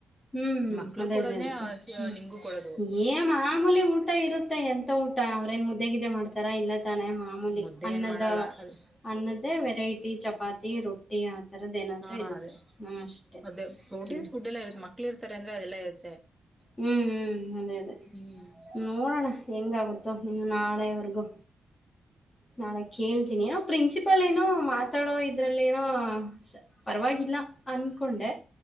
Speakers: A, on the left; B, in the centre.
A: ಹ್ಮ್
B: ಮಕ್ಳು
A: ಅದೇ
B: ಕೊಡೋದ್ನೇ
A: ಅದೇ ಅದೇ ಹ್ಮ
B: ನಿಮ್ಗೂ ಕೊಡೋದು
A: ಏ ಮಾಮೂಲಿ ಊಟ ಇರುತ್ತ ಎಂತ ಊಟ ಅವ್ರೇನ್ ಮುದ್ದೆಗಿದ್ದೇ ಮಾಡ್ತಾರಾ ಇಲ್ಲ ಾನೆ ಮಾಮೂಲಿ
B: ಮುದ್ದೆ
A: ಅನ್ನದ
B: ಏನ್ ಮಾಡಲ್ಲ ಅದೇ
A: ಅನ್ನದೇ ವೆರೈಟಿ ಚಪಾತಿ ರೊಟ್ಟಿ ಆ ಥರದ್ದ ಏನಾದರೂ
B: ಹಾ
A: ಇರುತ್ತೆ
B: ಅದೇ
A: ಅಷ್ಟೇ
B: ಅದೇ ಪ್ರೋಟೀನ್ಸ್
A: ಹ್ಞ
B: ಫುಡ್ ಎಲ್ಲ ಮಕ್ಳ ಇರ್ತಾರೆ ಅಂದ್ರೆ ಅದೆಲ್ಲಾ ಇರುತ್ತೆ
A: ಹ್ಮ್ ಹ್ಮ್ ಅದೇ ಅದೇ
B: ಹ್ಮ್
A: ನೋಡೋಣ ಹೆಂಗಾಗುತ್ತೋ ಇನ್ನು ನಾಳೆವರೆಗೂ ನಾಳೆ ಕೇಳ್ತಿನಿ ಪ್ರಿನ್ಸಿಪಲ್ ಪಲ್ ಏನೋ ಮಾತಾಡೋ ಇದ್ರಲ್ಲಿ ಏನೋ ಪರವಾಗಿಲ್ಲ ಅನ್ಕೊಂಡೆ